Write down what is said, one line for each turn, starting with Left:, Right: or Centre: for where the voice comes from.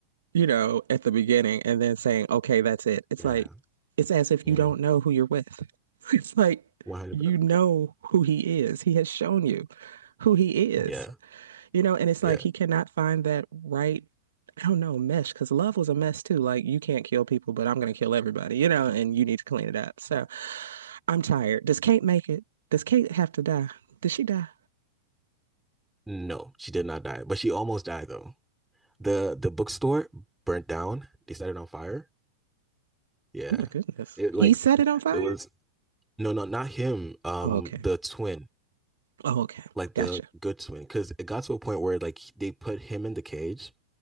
Right: you know, at the beginning and then saying, okay, that's it. It's
Centre: Yeah.
Right: like, it's as if
Centre: Mm,
Right: you don't know who you're with. <laughs> It's like,
Centre: 100.
Right: you know who he is. He has shown you who he is.
Centre: Yeah.
Right: you know, and it's
Centre: Yeah.
Right: like he cannot find that right, I don't know, mesh, because love was a mess too. Like, you can't kill people, but I'm going to kill everybody, you know, and you need to clean it up. So I'm tired. Does Kate make it? Does Kate have to die? Did she die?
Centre: No, she did not die, but she almost died though. The the bookstore burnt down. They set it on fire. Yeah.
Right: Oh my goodness.
Centre: It
Right: He
Centre: like
Right: set it on fire?
Centre: it was no no not him. Um
Right: Oh, okay.
Centre: the twin,
Right: Oh, okay.
Centre: like
Right: Gotcha.
Centre: the good twin. Cause it got to a point where like he- they put him in the cage.